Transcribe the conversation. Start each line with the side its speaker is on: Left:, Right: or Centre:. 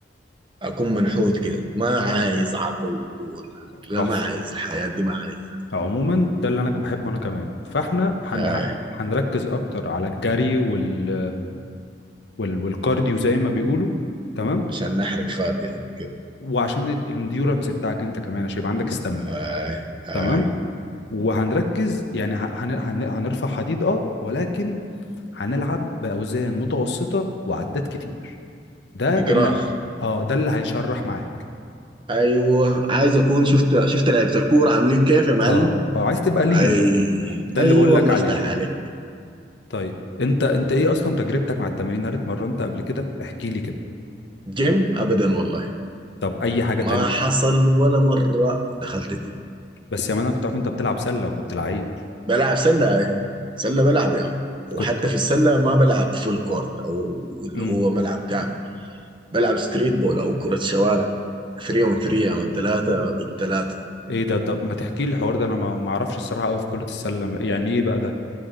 Right: اكون منحوت كده ما عايز عضل وال- لا
Left: تحفة
Right: ما عايز الحياه دي ما عايز
Left: عموما ده اللي انا بحبه انا كمان فاحنا هن...
Right: آي.
Left: ه- هنركز اكتر على الجري وال وال- والكارديو زي ما بيقولوا تمام
Right: عشان نحرق فات يعني كده
Left: وعشان الانديورنس بتاعك انت كمان عشان يبقى عندك استامينا
Right: اي اي
Left: تمام وهنركز يعني ه- هن- هن- هنرفع حديد اه ولكن هنلعب باوزان متوسطه وعدات كتير ده
Right: تكرار
Left: اللي اه ده اللي هيشرح معاك
Right: ايوه عايز اكون شفت شفت لعيبه الكوره عاملين كيف يا معلم
Left: اه اه عايز تبقى لين
Right: اي
Left: ده
Right: اي
Left: اللي بقول
Right: والله
Left: لك عليه
Right: افتح عليك
Left: طيب انت انت ايه اصلا تجربتك مع التمارين هل اتمرنت قبل كده احكي لي كده
Right: جيم ابدا والله
Left: طب اي حاجه تانية
Right: ما حصل ولا مره دخلت الجيم
Left: بس يا مان انا كنت عارف انت بتلعب سله وكنت لعيب
Right: بلعب سله اي سله بلعب يعني وحتى
Left: كنت
Right: في السله ما بلعب فول كورت او اللي
Left: امم
Right: هو ملعب كامل بلعب ستريت بول او كره شوارع 3 اون 3 يعني 3 ضد 3
Left: ايه ده طب ما تحكي لي الحوار ده انا ما ما اعرفش الصراحه قوي في كره السله يعني ايه بقى ده